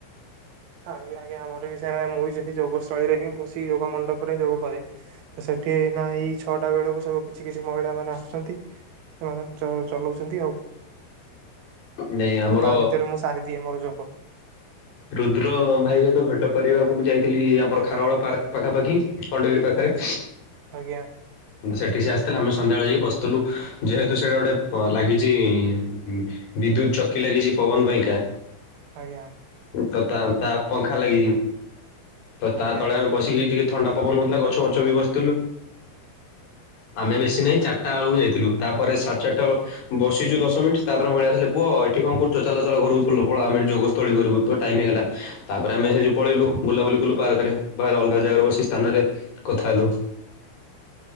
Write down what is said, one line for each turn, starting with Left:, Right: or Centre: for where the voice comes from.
Right: ଆଜ୍ଞା, ଆଜ୍ଞା ଆମର ବି ସେୟା। ମୁଁ ବି ସେଇ ଯୋଗସ୍ଥଳୀରେ ହିଁ, ବସି ଯୋଗ ମଣ୍ଡପ ଯୋଗ କରେ, ତ ସେଠି ଏଇନା ଏଇ ଛଅଟା ବେଳକୁ ସବୁ କିଛି କିଛି ମହିଳା ମାନେ ଆସୁଛନ୍ତି। ସେମାନେ ଚ-ଚଲଉଚନ୍ତି ଆଉ।
Left: ନାଇଁ
Right: ତ,
Left: ଆମର
Right: ତା ଭିତରେ ମୁଁ ସାରିଦିଏ ମୋର ଯୋଗ।
Left: ରୁଦ୍ର ଭାଇ ସହିତ ଭେଟ କରିବାକୁ ମୁଁ ଯାଇଥିଲି ଆମର ଖାରବେଳ ପାର୍କ ପାଖାପାଖି ଖଣ୍ଡଗିରି ପାଖେରେ।
Right: ଆଜ୍ଞା ଆଜ୍ଞା
Left: ସେଠି ସିଏ ଆସିଥିଲେ ଆମେ ସନ୍ଧ୍ୟାବେଳେ ଯାଇ ବସିଥିଲୁ। ଯେହେତୁ ସେଇଟା ଗୋଟେ ପ ଲାଗିଚି-ଇଁ ବିଦ୍ୟୁତ୍ ଚକି ଲାଗିଚି ପବନ ପାଇଁକା।
Right: ଆଜ୍ଞା।
Left: ତ, ତା ତା ପଙ୍ଖା ଲାଗିଛି, ତ ତା
Right: ଆଜ୍ଞା
Left: ତଳେ ଆମେ ବସିକି ଟିକେ ଥଣ୍ଡା ପବନ ହଉଥିଲା, ଗଛ ଫଛ ବି ବସ୍ ଥିଲୁ। ଆମେ ବେଶୀ ନାହିଁ ଚାର୍ ଟା ଅଳକୁ ଯାଇଥିଲୁ, ତାପରେ ସାଢେ ଚାର୍ ଟା ଅ ବସିଚୁ ଦଶ ମିନ୍ଟି ତାପରେ, ମହିଳା ଆସିଲେ ପୁଅ ଏଠି କଣ କରୁଚ? ଚାଲ ଚାଲ ଘରକୁ ପଲ ପଳାଅ ଆମେ ଏଠି ଯୋଗ ସ ତୋଳି କରିବୁ। ପୁଅ ଟାଇମ୍ ହେଇଗଲା। ତା'ପରେ ଆମେ ସେଇଯୋଗୁ ପଳେଇଲୁ ବୁଲାବୁଲି କଲୁ ପାର୍କରେ, ବାହାରେ ଅଲଗା ଜାଗାରେ ବସି ସ୍ଥାନେରେ କଥା ହେଲୁ।